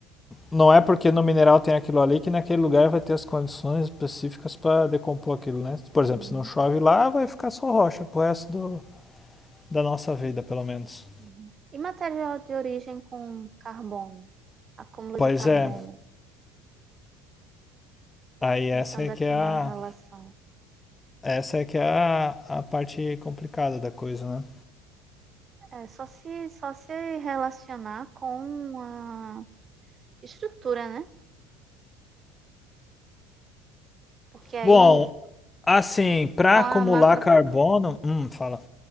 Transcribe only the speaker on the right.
Uhum,
uhum. E material de origem com carbono, acúmulo
de carbono.
Estou pensando
aqui
numa relação.
É só se, só se relacionar com a estrutura, né? Porque aí,
com a
macro,